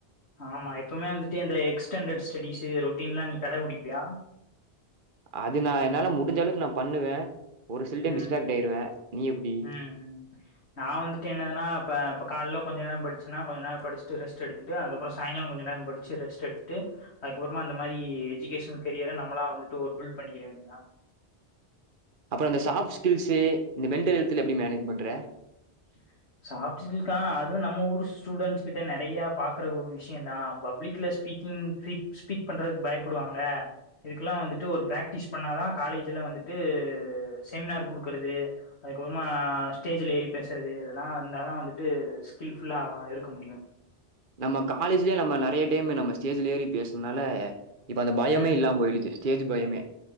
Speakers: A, on the left; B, on the right.
A: ஆமா எப்பமே வந்துட்டு இந்த எக்ஸ்டாண்டர்ட் ஸ்டடிஸ்சு ரொட்டீன்ல்லா நீ கடபுடிப்பியா
B: அது நா என்னால முடிஞ்ச அவுக்கு நா பண்ணுவே ஒரு சில டைம்
A: ம்
B: டிஸ்ட்ராக்ட் ஆயிருவே நீ எப்டி
A: ம் ம் நா வந்துட்டு என்னனா இப்ப இப்போ கால கொஞ்ச நேரொ படிச்சுனா கொஞ்ச நேர படிச்சட்டு ரெஸ்ட் எடுத்துட்டு அதுக்கப்பறொ சாய்ங்கால கொஞ்ச நேரொ படிச் ச்சி ரெஸ்ட் எடுத்துட்டு அதுக்கப்பறமா அந்த மாரி எஜகேஷன் கரியர நம்ளா வந்துட்டுஒரு பில்ட் பண்ணிக்கிறவேனண்டியதா
B: அப்பறொ அ சாஃப்ட ஸ்கில்ஸு இந்த மென்டல் ஹெல்த்ல எப்டி மேனேஜ் பண்ற
A: <inaudible> சாப்ட் ஸ்கில் ஆ அது நம்ம ஊரு ஸ்டூடண்ட்ஸ் கிட்ட நெறையா பாக்ற ஒரு விஷயந்தா பப்ளிக்ல ஸ்பீக் ம் ஸ்பீச் ஸ்பீட் பண்றதுக்கு பயப்படுவாங்க இதுக்கெல்லா வந்துட்டு ஒரு பிராக்டிஸ் பண்ணாதா காலேஜ்ல வந்துட்டு செமினார் குடுக்குறது அதுக்கப்பமா ஸ்டேஜில்ல ஏறி பேசுறது இதெல்லா இருந்தாதா வந்துட்டு ஸ்கில் ஃபுல்லா இருக்க முடியு
B: நம்ம காலேஜ்லே நம்ம நெறயா டைம் நம்ம ஸ்டேஜ்ல ஏறி பேசுதுனால இப்ப அந்த பயமே
A: ம் ம்
B: இல்லாம போயிருச்சு ஸ்டேஜ் பயமே